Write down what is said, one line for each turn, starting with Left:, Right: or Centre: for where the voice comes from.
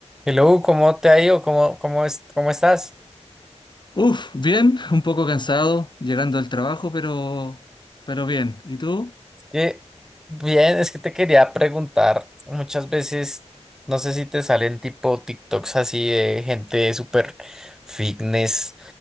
Centre: Hello, ¿cómo te ha ido? ¿Cómo, cómo es, cómo estás?
Left: Uf, bien, un poco cansado llegando al trabajo, pero, pero bien. ¿Y tú?
Centre: Que bien, es que te quería preguntar, muchas veces, no sé si te salen tipo TikToks así de gente súper fitness